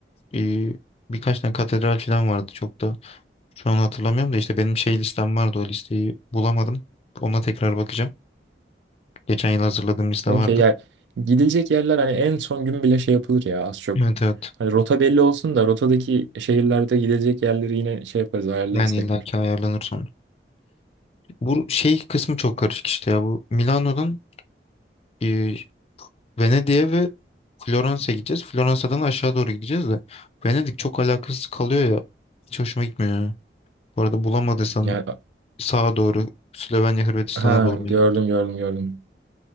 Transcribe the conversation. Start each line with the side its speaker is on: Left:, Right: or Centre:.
Left: Ee, birkaç tane katedral falan vardı çok da. Şu an hatırlamıyorum da işte benim şey listem vardı o listeyi bulamadım. Ona tekrar bakacağım. Geçen yıl hazırladığım liste
Right: Okey
Left: vardı.
Right: yani gidilecek yerler hani en son gün bile şey yapılır ya az çok.
Left: Evet evet.
Right: Hani rota belli olsun da rotadaki şehirlerde gidilecek yerleri yine şey yaparız ayarlarız
Left: Yani
Right: tekrar.
Left: illaki ayarlanır sonra. Bu şey kısmı çok karışık işte ya. Bu Milano'dan e, Venedik'e ve Floransa'ya gideceğiz. Floransa'dan aşağı doğru gideceğiz de. Venedik çok alakasız kalıyor ya. Hiç hoşuma gitmiyor ya. Bu arada bulamadıysan
Right: Yani
Left: sağa doğru Slovenya Hırvatistan'a
Right: ha
Left: doğru Venedik.
Right: gördüm gördüm gördüm.